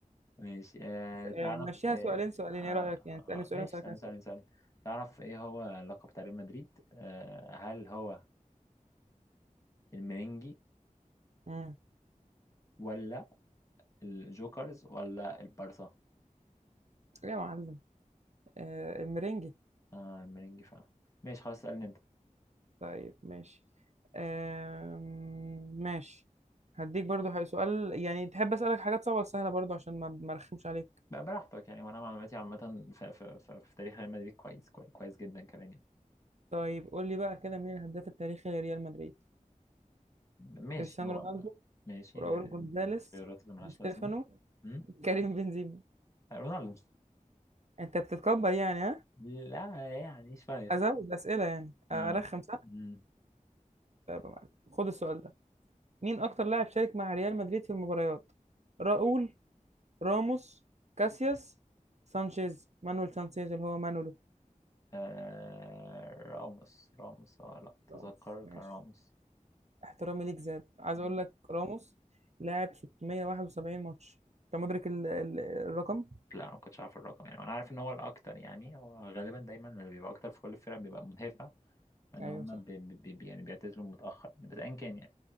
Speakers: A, on the left; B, on the right.
A: ماشي آه
B: <laughs>
A: تعرف
B: آه، مشيها
A: آه
B: سؤالين سؤالين
A: آه
B: ايه رايك يعني تسالني سؤالين
A: آه ماشي
B: واسالك
A: ثانية
B: انا
A: ثانية
B: سؤالين
A: ثانية تعرف ايه هو لقب بتاع ريال مدريد آه هل هو المرنجي
B: امم
A: ولا الجوكرز ولا البارسا
B: ايه يا معلم آه المرنجي
A: آه المرنجي فعلا ماشي خلاص اسألني انت
B: طيب ماشي أم... ماشي هديك برضو ح- سؤال يعني تحب أسألك حاجات صعبة ولا سهلة برضو عشان ما ما أرخمش عليك
A: بقى براحتك يعني وانا معلوماتي عامه في, في, في, في تاريخ ريال مدريد كويس كويس, كويس جدا كمان يعني
B: طيب قول لي بقى كده مين الهداف التاريخي لريال مدريد
A: ماشي
B: كريستيانو
A: هو
B: رونالدو
A: ماشي
B: راؤول
A: آه،
B: جونزاليس
A: دي الخيارات اللي ملهاش
B: دي ستيفانو
A: لازمه امم
B: كريم بنزيما
A: رونالدو
B: أنت بتتكبر يعني ها
A: لا يعني شويه
B: أزود أسئلة يعني
A: آه.
B: أرخم صح
A: مم.
B: طيب يا معلم. خد السؤال ده مين أكتر لاعب شارك مع ريال مدريد في المباريات راؤول راموس كاسياس سانشيز مانويل سانشيز اللي هو مانولو
A: آه. راموس راموس اه لا تذكر
B: راموس ماشي
A: كان راموس
B: احترامي ليك زاد عايز
A: مم.
B: اقول لك راموس لاعب 671 ماتش انت مدرك ال- ال- الرقم
A: لا انا ما كنتش عارف الرقم يعني انا عارف ان هو الاكتر يعني هو غالبا دايما اللي بيبقى اكتر في كل الفرق بيبقى مدافع لان
B: ايوه
A: هم
B: صح
A: بي بي بي يعني بيعتزلوا متاخر يعني بس ايا كان يعني